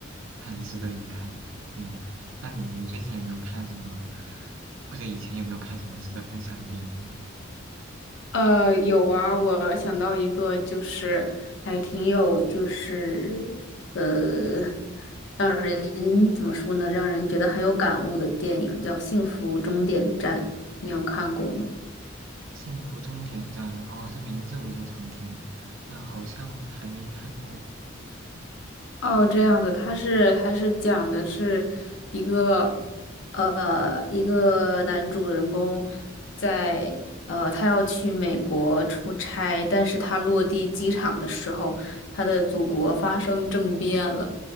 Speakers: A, on the right; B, on the left.
A: 很值得一看。嗯，那你你最近有没有看什么，或者以前有没有看什么值得分享的电影呢
B: 呃，有啊，我想到一个，就是还挺有，就是呃，让人怎么说呢，让人觉得很有感悟的电影，叫《幸福终点站》，你有看过吗？
A: 幸福终点站》哦，这名字我经常听，但好像还没看过。
B: 哦，这样子，他是他是讲的是一个呃一个男主人公在呃他要去美国出差，但是他落地机场的时候，他的祖国发生政变了，